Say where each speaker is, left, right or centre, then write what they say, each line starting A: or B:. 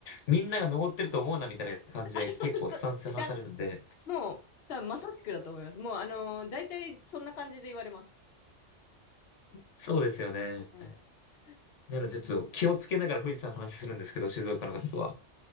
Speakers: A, on the left; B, on the left.
A: みんなが登ってると思うなみたいな感じで結構スタンスで話されるんで。
B: <laughs> いや、もう、多分まさしくだと思います。もう、あのー、大体そんな感じで言われます。
A: そうですよね。
B: うん。
A: なのでちょっと気をつけながら富士山の話するんですけど、
B: へえ
A: 静岡の方とは。